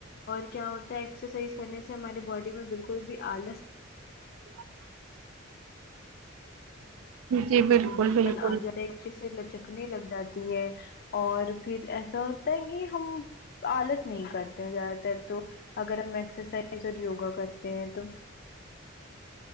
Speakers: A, on the left (about 50°); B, on the right (about 80°).
A: اور کیا ہوتا ہے ایکسرسائز کرنے سے ہمارے باڈی میں بالکل بھی آلس
B: <inaudible> جی بالکل
A: <inaudible> ایسے
B: بالکل
A: لچکنے لگ جاتی ہے اور پھر ایسا ہوتا ہے کی ہم آلس نہیں کرتے ہیں زیادہ تر تو اگر ہم ایکسرسائز اور یوگا کرتے ہیں تو